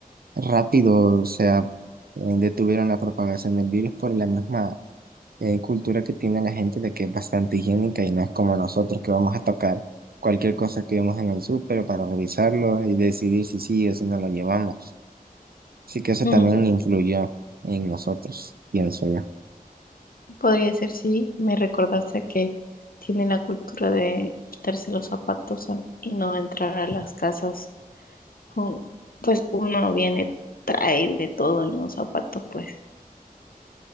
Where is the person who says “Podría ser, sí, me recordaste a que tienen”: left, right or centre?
Left